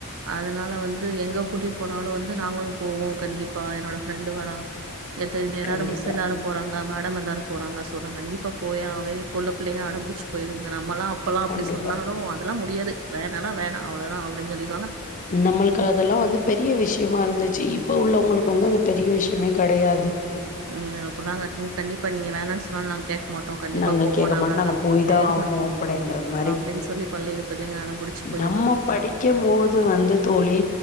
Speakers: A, on the right (about 65°); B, on the left (about 35°).
A: அதுனால வந்து எங்க கூட்டிட் போனாலு வந்து நாங்களு போவோ கண்டிப்பா என்னோட ஃப்ரெண்டு வரா எத்த <unintelligible> எல்லாரு
B: கண்டிப்பா,
A: மிஸ் எல்லாரு போறாங்க க மேடம் எல்லாரு போறாங்க சோ நா கண்டிப்பா போயே ஆவே இப்போ உள்ள புள்ளைங்க அடம் புடுச்சு போயிருதுங்க நா நம்மல்லா அப்பல்லா அப்டி
B: கண்டிப்பா.
A: சொன்னாலு அதெல்லா முடியாது வேணானா வேணா அவ்ளதா அப்டின் சொல்லி
B: நம்மளுக்கு அதெல்லா வந்து பெரிய விஷ்யமாருந்துச்சு இப்ப உள்ளவுங்களுக் இப்ப வந்து அது ஒரு பெரிய விஷ்யமே கெடயாது
A: ம் அப்பலாங் காட்டி ங் கண்டிப்பா நீங்க வேணான் சொன்னா நாங்க கேக்க மாட் டோ கண்டிப்பா
B: நாங்க
A: போவோ
B: கேட்க
A: நாங்க
B: மாட்டோம்.
A: அதெல்லா
B: போய் தான்
A: பேரு
B: ஆவோம்
A: <unintelligible>
B: அப்படின்ற மாரி.
A: அப்டின் சொல்லி பள்ளி பிள்ளைங்க அடம்பிடிச்சு போய்ரு
B: நம்ம படிக்கும் போது வந்து தோழி